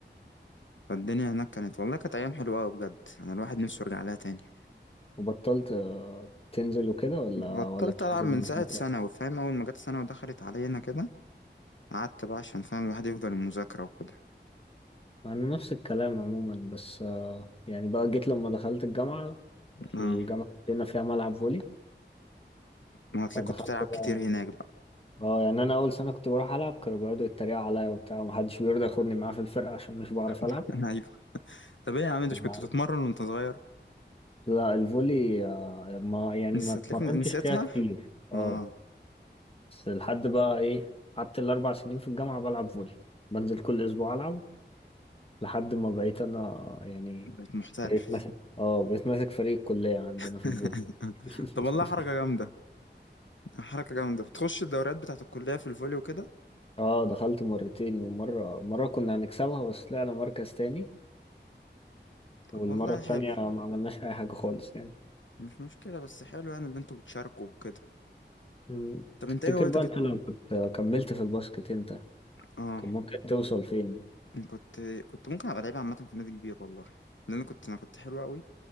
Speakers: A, on the left; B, on the left.
A: فالدنيا هناك كانت والله كانت أيام حلوة أوي بجد أنا الواحد نفسه يرجع لها تاني
B: وبطلت آه، تنزل وكده ولا
A: بطلت
B: ولا بتنزل
A: ألعب من
B: من
A: ساعة
B: المدرسة؟
A: ثانوي فاهم أول ما جت ثانوي ودخلت علينا كده قعدت بقى عشان فاهم الواحد يفضل المذاكرة وكده
B: مع إن نفس الكلام عموما بس آه، يعني بقى جيت لما دخلت الجامعة
A: اه
B: الجامعة عندنا فيها ملعب فولي
A: ما هتلاقي
B: فدخلت
A: كنت بتلعب
B: بقى
A: كتير هناك بقى
B: اه يعني أنا أول سنة كنت بروح ألعب كانوا بيقعدوا يتريقوا عليا وبتاع ومحدش بيرضى ياخدني معاه في الفرقة عشان مش بعرف ألعب
A: <laughs> طب ايه يا عم انت
B: وبعد-
A: مش كنت بتتمرن وانت صغير
B: لا الفولي آه، ما يعني
A: نسيت
B: ما اتمرنتش
A: لك نسيتها
B: فيها كتير اه
A: اه
B: بس لحد بقى إيه قعدت الأربع سنين في الجامعة بلعب فولي بنزل كل أسبوع ألعب لحد ما بقيت انا يعني
A: بقيت محترف
B: بقيت ماسك اه بقيت ماسك فريق الكلية عندنا
A: <laughs>
B: في الفوتبول <laughs>
A: طب والله حركة جامدة حركة جامدة بتخش الدوريات بتاعة الكلية في الفولي وكده
B: اه دخلت مرتين ومرة مرة كنا هنكسبها بس طلعنا مركز تاني
A: طب
B: والمرة
A: والله
B: التانية
A: حلو
B: ما عملناش أي حاجة خالص يعني
A: مش مشكلة بس حلو يعني اللي انتوا بتشاركوا وكده
B: مم.
A: طب
B: تفتكر
A: انت ايه هوايتك
B: بقى أنت
A: الت-
B: لو كنت كملت في الباسكت أنت
A: اه
B: كان ممكن توصل فين؟
A: كنت كنت ممكن ابقى لعيب عامة في نادي كبير والله لان كنت انا كنت حلو قوي